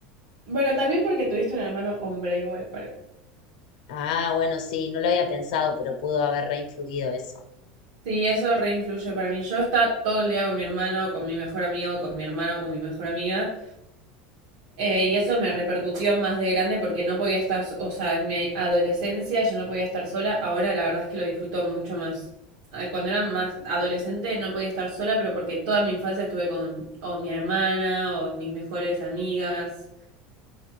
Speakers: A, on the right; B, on the left.
A: Bueno, también porque tuviste un hermano hombre igual para mí.
B: Ah, bueno, sí, no lo había pensado, pero pudo haber re influido eso.
A: Sí, eso reinfluye para mí. Yo estaba todo el día con mi hermano, con mi mejor amigo, con mi hermano, con mi mejor amiga. eh, y eso me repercutió más de grande porque no podía estar, o sea, en mi adolescencia yo no podía estar sola. Ahora la verdad es que lo disfruto mucho más. Ay, Cuando era más adolescente no podía estar sola, pero porque toda mi infancia estuve con o mi hermana o mis mejores amigas.